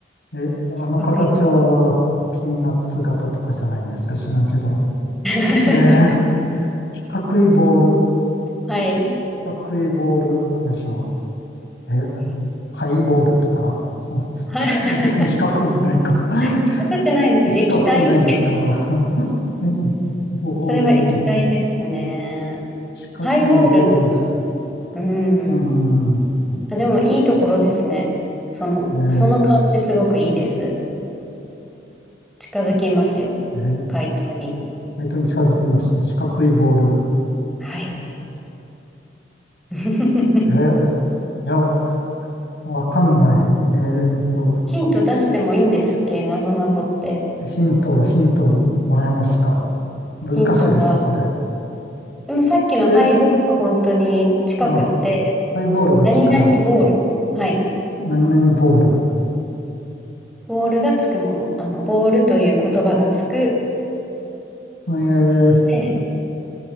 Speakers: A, on the left; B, in the centre.
A: え、あの形はピーナッツ型とかじゃないんですか知らんけど。
B: 角い <laughs>
A: えー、四角いボール、
B: はい。
A: 四角いボール、なんでしょう。え、
B: え
A: ハイボールとか。そ
B: はい
A: 別に四角くないか。<laughs>
B: <laughs> 高くないですね。
A: 四角くないですか。
B: 液体
A: <laughs> ボール、
B: それは液体ですね。
A: 四角いボール。
B: ハイボールの。
A: う
B: う
A: ーん。
B: ん。あ、でもいいところですね。その、
A: えー
B: その感じすごくいいです。近づきますよ。
A: えー、
B: 回答に。
A: えーとに近づきます。四角いボール。
B: はい。<laughs>
A: え、いや、わかんない。えーと、
B: ヒント出してもいいんですっけ、なぞなぞって。
A: ヒント、ヒントをもらえますか難しいですよ、
B: ヒントは、
A: これ。
B: でもさっきのハイボールは本当に近くって、
A: え、あ、ハイボールが近い。
B: 何々ボール。はい。
A: 何々ボール。
B: ボールがつくもの。あの、ボールという言葉がつく。
A: えー、
B: で、